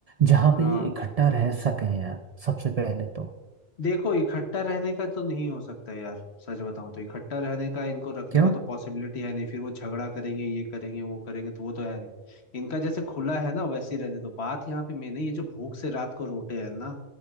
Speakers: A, on the right; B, on the left.
A: जहाँ
B: हाँ
A: पे ये इकट्ठा रह सकें यार सबसे पहले तो
B: देखो इकट्ठा रहने का तो नहीं हो सकता यार सच बताऊं तो इकट्ठा रहने का इनको रखने
A: क्यों
B: का तो पॉसिबिलिटी है नहीं फिर वो झगड़ा करेंगे ये करेंगे वो करेंगे तो वो तो है नहीं इनका जैसे खुला है ना वैसे ही रहने दो बात यहाँ पे मेन है ये जो भूख से रात को रोते हैं ना